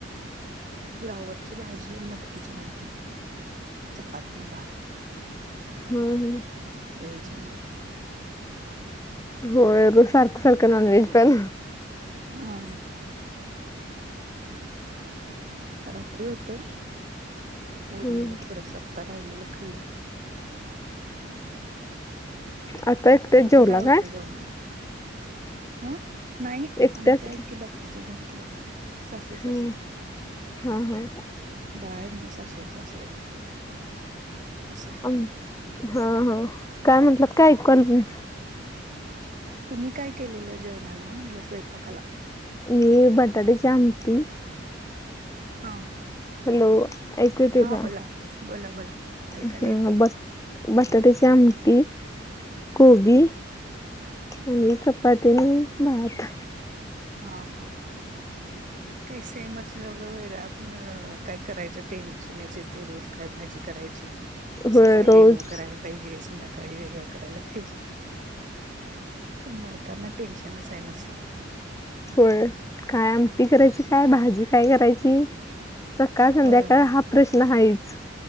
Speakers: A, on the right (about 45°); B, on the left (about 15°).
A: फ्लावरची भाजी आणि मटकीचे आमटी, चपाती, भात.
B: हम्म हम्म
A: व्हेजमध्ये
B: होय, रोज सारखं सारखं नॉन व्हेज पण
A: हा हा रात्री होतं, उरलेलं
B: हम्म.
A: थोडसं आता राहिलेलं खाल्लं.
B: आता एकटेच
A: तुमचं
B: जेवला
A: होतं
B: काय?
A: जेवणाला ह नाही,
B: एकट्याच
A: आमचे आहेत बाकीचे घरातले सासू सासरे.
B: हम्म. हा हा
A: बाळ मी सासू सासरे असं आहे.
B: अम हा हा, काय म्हटलात काय ऐकू आलं नाही?
A: तुम्ही काय केलेलं जेवणाला म्हटलं स्वयंपाकाला?
B: मी बटाटयाची आमटी
A: हा
B: हॅलो! ऐकू येते
A: हा
B: का?
A: बोला बोला बोला ऐकायला
B: ह
A: येते
B: ब
A: की
B: बटाट्याची आमटी, कोबी आणि चपाती आणि भात.
A: हा हा काही सेमच, वेगवेगळ आपण काय करायचं टेन्शनच येतंय रोज काय भाजी करायची,
B: होय
A: सकाळी
B: रोज
A: वेगळं करायला पाहिजे संध्याकाळी वेगळं करायला पाहिजे. बायकांना टेन्शनच आहे नुसतं.
B: होय, काय आमटी करायची काय भाजी काय करायची? की सकाळ संध्याकाळ
A: होय
B: हा प्रश्न हायच.